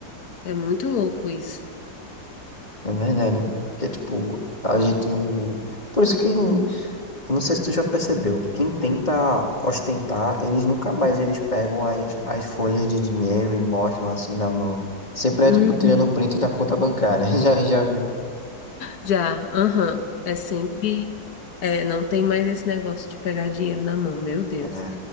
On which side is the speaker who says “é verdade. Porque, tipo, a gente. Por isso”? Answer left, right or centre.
Left